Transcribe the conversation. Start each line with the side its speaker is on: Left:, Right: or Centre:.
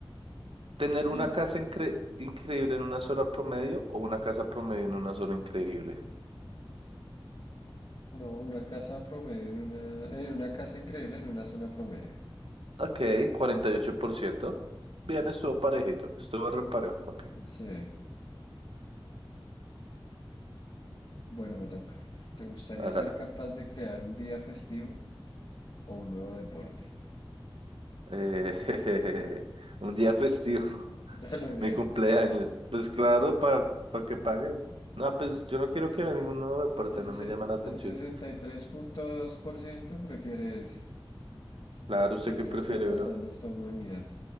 Right: Tener una
Left: Listo.
Right: casa incre- increíble en una zona promedio o una casa promedio en una zona increíble.
Left: No, una casa promedio en una... En una casa increíble en una zona promedio.
Right: Ok, 48%. Bien, estuvo parejito. Estuvo re parejo, ¿para qué?
Left: Sí. Bueno, me toca. ¿Te gustaría
Right: Hágale.
Left: ser capaz de crear un día festivo o un nuevo deporte?
Right: Eh, <laughs> un día festivo, <laughs>
Left: <laughs> A lo bien.
Right: mi cumpleaños. Pues claro, para que paguen. No, pues yo no quiero que a ninguno deporte,
Left: El,
Right: no me
Left: se-
Right: llama la atención.
Left: el sesenta y tres punto dos por ciento prefiere ese.
Right: Claro, ¿usted
Left: ¿Qué
Right: qué
Left: le
Right: prefiere,
Left: está pasando
Right: bro?
Left: a esta humanidad?